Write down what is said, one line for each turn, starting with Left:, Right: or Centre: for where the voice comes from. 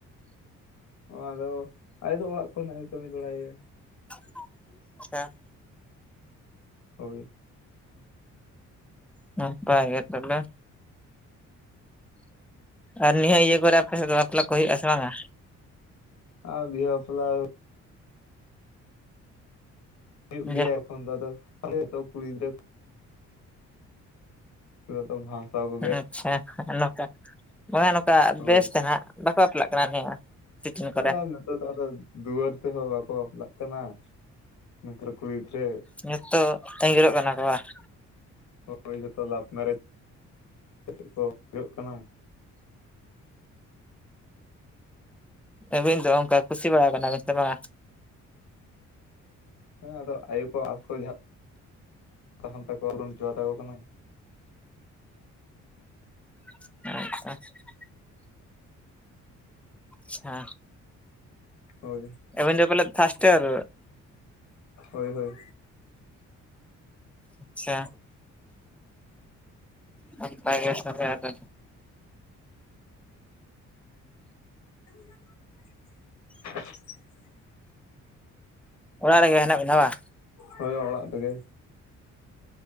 Left: ᱚ ᱟᱫᱚ ᱟᱭᱳ ᱫᱚ ᱚᱲᱟᱜ ᱠᱚᱨᱮᱱᱟᱜ ᱜᱮ ᱠᱟᱹᱢᱤ ᱵᱟᱲᱟᱭ ᱜᱮᱭᱟ᱾
Centre: <inaudible>
Left: ᱦᱳᱭ᱾
Centre: ᱱᱟᱯᱟᱭ ᱜᱮ ᱛᱟᱦᱞᱮ᱾ ᱟᱨ ᱱᱤᱭᱟᱹ ᱤᱭᱟᱹ ᱠᱚᱨᱮ ᱟᱯᱮ ᱥᱮᱫ ᱫᱚ ᱵᱟᱯᱞᱟ ᱠᱚ ᱦᱩᱭᱩᱜ ᱼᱟ ᱥᱮ ᱵᱟᱝᱟ?
Left: ᱟᱨ ᱵᱤᱦᱟ ᱯᱟᱯᱞᱟ ᱦᱩᱭᱩᱜ ᱜᱮᱭᱟ
Centre: ᱡᱮ
Left: ᱮᱠᱷᱚᱱ ᱫᱚ ᱟᱫᱚ <inaudible> ᱠᱩᱲᱤ ᱜᱤᱫᱽᱨᱟᱹ <unintelligible>
Centre: ᱟᱪᱪᱷᱟ ᱱᱚᱝᱠᱟ ᱵᱟᱝᱟ ᱱᱚᱝᱠᱟ
Left: ᱦᱳᱭ
Centre: ᱵᱮᱥ ᱫᱷᱟᱜ ᱵᱟᱠᱚ ᱵᱟᱯᱞᱟᱜ ᱠᱟᱱᱟ ᱱᱤᱭᱟᱹ? ᱥᱤᱡᱤᱱ ᱠᱚᱨᱮ
Left: ᱟᱫᱚ ᱱᱮᱛᱚᱜ ᱫᱚ ᱟᱫᱚ ᱫᱩᱣᱟᱹᱨ ᱛᱮᱦᱚᱸ ᱵᱟᱠᱚ ᱵᱟᱯᱞᱟᱜ ᱠᱟᱱᱟ᱾ ᱱᱮᱛᱟᱨ ᱠᱩᱲᱤ ᱜᱤᱫᱽᱨᱟᱹ᱾
Centre: ᱱᱤᱛᱚᱜ ᱟᱸᱜᱤᱨᱚᱜ ᱠᱟᱱᱟ ᱠᱚ ᱵᱟᱝ?
Left: ᱦᱳᱭ ᱡᱷᱚᱛᱚ ᱞᱟᱵᱷ ᱢᱮᱨᱮᱡᱽ ᱠᱟᱛᱮᱫ ᱠᱚ ᱦᱩᱭᱩᱜ ᱠᱟᱱᱟ᱾
Centre: ᱟᱹᱵᱤᱱ ᱫᱚ ᱚᱱᱠᱟ ᱠᱩᱥᱤ ᱵᱟᱲᱟᱣ ᱠᱟᱱᱟ ᱵᱤᱱ ᱥᱮ ᱵᱟᱝᱟ?
Left: <inaudible> ᱟᱫᱚ ᱟᱭᱳ ᱠᱚ <inaudible> <inaudible> ᱯᱩᱨᱚᱱ ᱦᱚᱪᱚᱣᱟᱛᱟ ᱠᱚ ᱠᱟᱱᱟ᱾
Centre: <inaudible> ᱪᱷᱟ,
Left: ᱦᱳᱭ
Centre: ᱟᱵᱤᱱ ᱫᱚ ᱯᱟᱞᱮᱫ ᱯᱷᱟᱥᱴ ᱤᱭᱟᱨ?
Left: ᱦᱳᱭ ᱦᱳᱭ᱾
Centre: ᱟᱪᱪᱷᱟ, ᱱᱟᱯᱟᱭ ᱜᱮ ᱛᱟᱦᱞᱮ ᱟᱫᱚ
Left: <inaudible>
Centre: ᱚᱲᱟᱜ ᱨᱮᱜᱮ ᱦᱮᱱᱟᱜ ᱵᱤᱱᱟ ᱵᱟ?
Left: ᱦᱳᱭ ᱚᱲᱟᱜ ᱨᱮᱜᱮ᱾